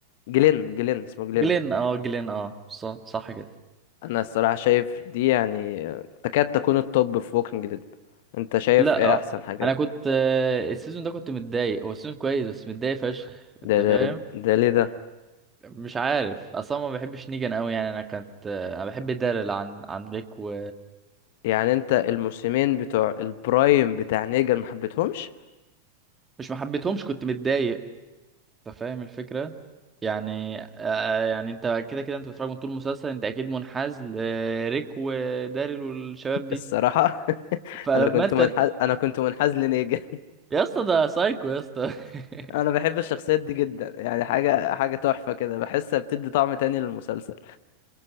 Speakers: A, on the left (about 50°); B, on the right (about 15°).
A: جلين جلين اسمه جلين
B: جلين أه جلين أه صح صح كده
A: انا الصراحه شايف دي يعني آه، تكاد تكون التوب في ووكينج ديد انت شايف
B: لا
A: ايه
B: آه،
A: احسن حاجات
B: انا كنت آه، السيزون ده كنت متضايق هو السيزون كويس بس متضايق فشخ انت
A: ده
B: فاهم
A: ده ده ليه ده
B: مش عارف اصلا ما بحبش نيجان قوي يعني انا كنت آه، انا بحب دارل عن عن ليك و
A: يعني انت الموسمين بتوع البرايم بتاع نيجا ما حبيتهمش
B: مش ما حبيتهمش كنت متضايق انت فاهم الفكره يعني آه يعني انت كده كده انت بتتفرج من طول المسلسل انت اكيد منحاز لريك وداريل والشباب دي
A: الصراحة <laughs>
B: فلما
A: انا كنت
B: انت
A: منحاز
B: <laughs>
A: انا كنت منحاز لنيجا
B: يا اسطى ده سايكو يا اسطى
A: <laughs>
B: <laughs>
A: انا بحب الشخصيات دي جدا يعني حاجة حاجة تحفة كده بحسها بتدي طعم تاني للمسلسل